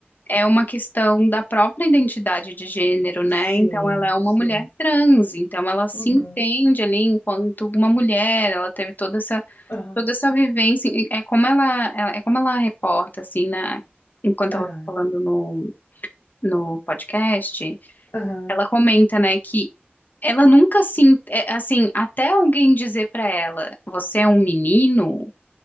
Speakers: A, on the left; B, on the left.
A: é uma questão da própria identidade de gênero, né?
B: Sim,
A: Então ela é uma
B: sim.
A: mulher trans, então ela se
B: Uhum.
A: entende ali enquanto uma mulher, ela teve toda essa,
B: Aham.
A: toda essa vivência, e é como ela, ela- é como ela reporta, assim, na, enquanto
B: Aham.
A: ela tá falando no, no podcast.
B: Aham.
A: Ela comenta, né, que ela nunca se, en- é, assim, até alguém dizer pra ela, você é um menino,